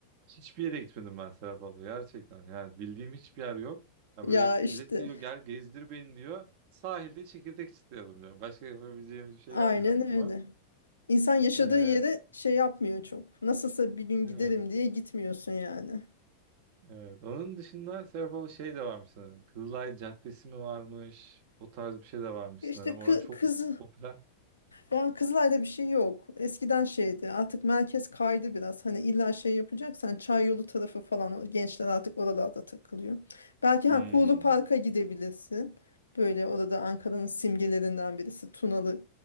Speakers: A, on the right; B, on the left.
A: hiçbir yere gitmedim ben Serap abla. Gerçekten. Yani bildiğim hiçbir yer yok. Ya
B: Ya
A: böyle
B: işte
A: millet geliyor gel gezdir beni diyor. Sahilde çekirdek çıtlayalım diyor. Başka yapabileceğimiz bir şey
B: aynen
A: gelmiyor aklıma.
B: öyle. İnsan yaşadığı
A: Ee,
B: yere şey yapmıyor çok. Nasılsa bir gün
A: değil
B: giderim
A: mi?
B: diye gitmiyorsun yani.
A: Evet. Onun dışında Serap abla şey de varmış sanırım. Kızılay Caddesi mi varmış? O tarz bir şey de varmış
B: İşte
A: sanırım.
B: kı
A: Orada çok
B: kız
A: popüler.
B: Yani Kızılay'da bir şey yok. Eskiden şeydi. Artık merkez kaydı biraz. Hani illa şey yapacaksan çay yolu tarafı falan o gençler artık oralarda takılıyor. Belki
A: Hmm.
B: ha Kuğulu Park'a gidebilirsin. Böyle orada Ankara'nın simgelerinden birisi Tunalı